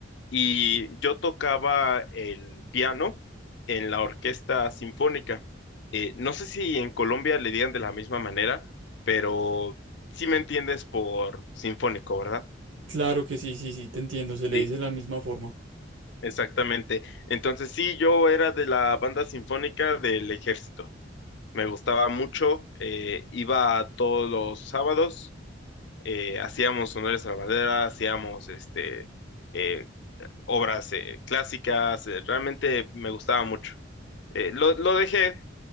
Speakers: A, on the left; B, on the right.
A: y yo tocaba el piano en la orquesta sinfónica. Eh, no sé si en Colombia le digan de la misma manera, pero sí me entiendes por sinfónico, ¿verdad?
B: Claro que sí, sí, sí, te entiendo, se le
A: Sí,
B: dice de la misma forma.
A: exactamente. Entonces sí, yo era de la banda sinfónica del ejército. Me gustaba mucho, eh, iba a todos los sábados, eh, hacíamos honores a la bandera, hacíamos este, eh, obras eh, clásicas, eh, realmente me gustaba mucho. Eh, lo, lo dejé